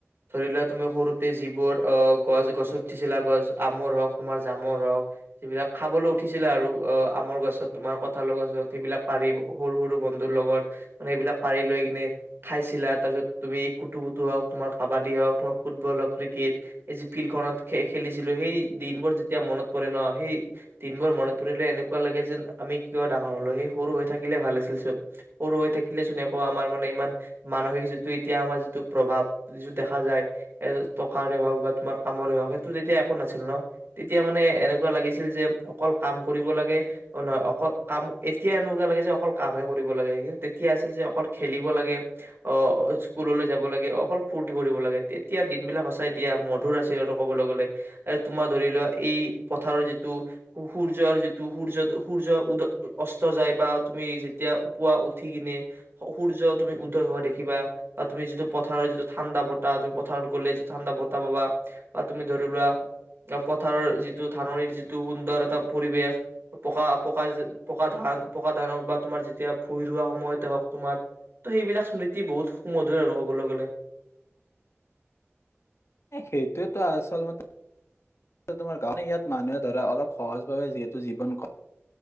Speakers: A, on the right (about 55°); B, on the left (about 70°).
A: ধৰি লোৱা তুমি সৰুতে যিবোৰ অ গছ গছত উঠিছিলা গছ আমৰ হওক তোমাৰ জামৰ হওক যিবিলাক খাবলৈ উঠিছিলা আৰু অ আমৰ গছত তোমাৰ কঠালৰ গছত সেইবিলাক পাৰি সৰু সৰু বন্ধুৰ লগত মানে সেইবিলাক পাৰি লৈ কিনে। খাইছিলা তাৰপিছত তুমি কুটু কুু হওক তোমাৰ কাবাডী হওঁক তমাৰ ফুটবল হওঁক ক্ৰিকেট এই যি ফিল্ডখনত খেলিছিলো সেই দিনবোৰ যেতিয়া মনত পৰে ন সেই দিনবোৰ মনত পৰিলে এনেকুৱা লাগে যেন আমি কিয় ডাঙৰ হলো সেই সৰু হৈ থাকিলে ভাল আছিল চোন সৰু হৈ থাকিলেচোন একো আমাৰ মানে ইমান। মানসিক যিটো এতিয়া আমাৰ যিটো প্ৰভাৱ যিটো দেখা যায় টকাৰে হওক বা তোমাৰ কামৰে হওঁক সেইটো যেতিয়া একো নাছিল ন তেতিয়া মানে এনেকুৱা লাগিছিল যে অকল কাম কৰিব লাগে নহয় অকল কাম এতিয়া এনেকুৱা লাগে যে অকল কামে কৰিব লাগে কিন্তু তেতিয়া আছিল যে অকল খেলিব লাগে। অ স্কুললৈ যাব লাগে অকল ফূুৰ্তি কৰিব লাগে তেতিয়া দিনবিলাক সঁচাই দিয়া মধুৰ আশিৰ আৰু কবলৈ গলে তোমাৰ ধৰি লোৱা এই পথাৰৰ যিটো সূৰ্যৰ যিটো সূৰ্য সূৰ্য উদ অস্ত যায় বা তুমি যেতিয়া পুৱা উঠি কিনে সূৰ্য তুমি। হোৱা দেখিবা বা তুমি যিটো পথাৰৰ যিটো ঠাণ্ডা বতাহ তুমি পথাৰত গ'লে যিটো ঠাণ্ডা বতাহ পাবা বা তুমি ধৰি লোৱা পথাৰৰ যিটো ধাননিৰ যিটো সুন্দৰ এটা পৰিৱেশ পকা পকা পকা ধান পকা ধান হক বা তুমাৰ যেতিয়া ভুই ৰা সময়তে হওক তোমাৰ ত সেইবিলাক। স্মৃতি বহুত সুমধুৰ আৰু ক'বলৈ গ'লে।
B: সেইটোোৱয়েেতো আচল মতে। তোমাৰ গানে ইয়াত মানুহে ধৰা অলপ সহজভাৱে যিহেতু জীৱন ক।